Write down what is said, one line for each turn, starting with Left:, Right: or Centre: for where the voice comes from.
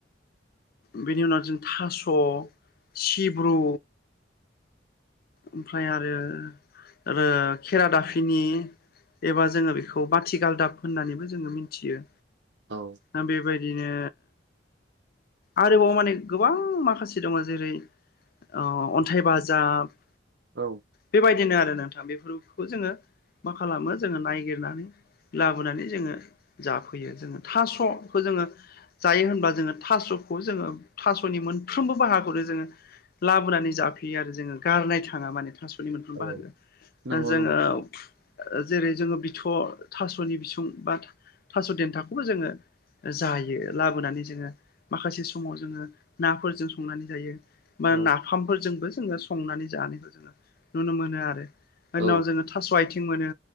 Left: बेनि उनाव जों थास' सिब्रु ओमफ्राय आरो खेरा दाफिनि एबा जोङो बेखौ बाथिगालदाब होननानैबो जोङो मिथियो।
Right: औ
Left: नोंथां बेबायदिनो आरोबाव माने गोबां माखासे दङ जेरै ओ अन्थाइ बाजाब
Right: औ
Left: बेबायदिनो आरो नोंथां बेफोरखौ जोङो मा खालामो जोङो नायगिरनानै लाबोनानै जोङो जाफैयो जोङो थास'खो जोङो जायो होनबा जोङो थास'खौ जोङो थास'नि मोनफ्रोमबो बाहाखौनो जोङो लाबोनानै जाफैयो आरो जोङो गारनाय थाङा माने थास' नि मोनफ्रोम
Right: औ
Left: बाहागो
Right: नंगौ
Left: दा जोङो
Right: नंगौ
Left: ओ जेरै जोङो बिथ' थास'नि बिसुं बाथोन थास' देन्थाखौबो जोङो जायो लाबोनानै जोङो माखासे समाव जोङो नाफोरजों संनानै जायो बा ना
Right: औ
Left: नाफामफोरजोंबो जोङो संनानै जानायखौ जोङो नुनो मोनो आरो। बेनि
Right: औ
Left: उनाव जोङो थास' आइथिं मोनो